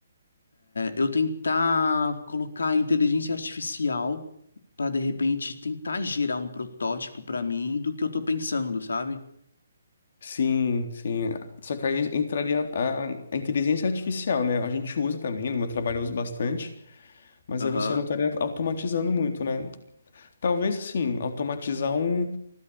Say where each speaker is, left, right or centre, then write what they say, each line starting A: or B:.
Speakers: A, on the left (about 80°); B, on the left (about 45°).
A: eu tentar colocar a inteligência artificial para de repente tentar gerar um protótipo para mim do que eu tô pensando, sabe?
B: Sim, sim. Só que aí entraria a, a inteligência artificial, né? A gente usa também, no meu trabalho eu uso bastante, mas
A: Aham,
B: aí você não estaria automatizando muito, né? Talvez, assim, automatizar um